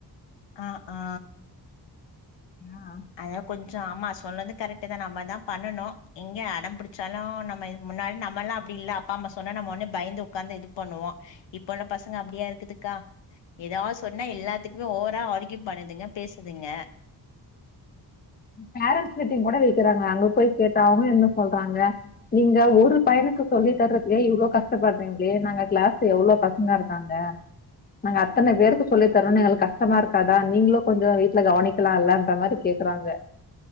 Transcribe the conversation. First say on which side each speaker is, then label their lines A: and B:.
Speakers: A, on the left; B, on the left.
A: அ ஆ
B: ஆ
A: ஐயோ கொஞ்சோ ஆமா சொன்னது கரக்ட்டு தா நம்ம தா பண்ணணு எங்க அடம் புடிச்சாலு நம்ம முன்னாடி நம்மல்லா அப்டி இல்ல அப்பா அம்மா சொன்னா நம்ம ஒட்னே பயந்து உக்காந்து இது பண்ணுவோ இப்ப உள்ள பசங்க அப்டியா இருக்குதுக்கா எதா சொன்னா எல்லாத்துக்குமே ஓவரா ஆர்கியு பண்ணுதுங்க பேசுதுங்க
B: பேரன்ஸ் மீட்டிங் கூட வெக்கறாங்க அங்க போய் கேட்டா அவுங்க என்ன சொல்றாங்க நீங்க ஒரு பையனுக்கு சொல்லி தர்றதுக்கே இவ்ளோ கஷ்டப்படறீங்களே நாங்க கிளாஸ்ல எவ்ளோ பசங்க இருந்தாங்க நாங்க அத்தன பேருக்கு சொல்லி தரோன்னு எங்ளுக்கு கஷ்டமா இருக்காதா நீங்களு கொஞ்சோ வீட்ல கவனிக்கலா இல்ல <unintelligible> மாரி கேக்கறாங்க